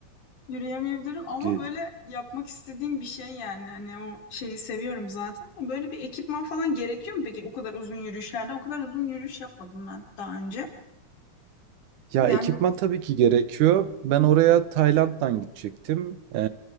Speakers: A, on the left; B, on the right.
A: Yürüyemeyebilirim ama
B: Ge-
A: böyle yapmak istediğim bir şey yani. Hani o şeyi seviyorum zaten ama böyle bir ekipman falan gerekiyor mu peki o kadar uzun yürüyüşlerde? O kadar uzun yürüyüş yapmadım ben daha önce.
B: Ya
A: Yani
B: ekipman tabii ki gerekiyor. Ben oraya Tayland'dan gidecektim. Ee,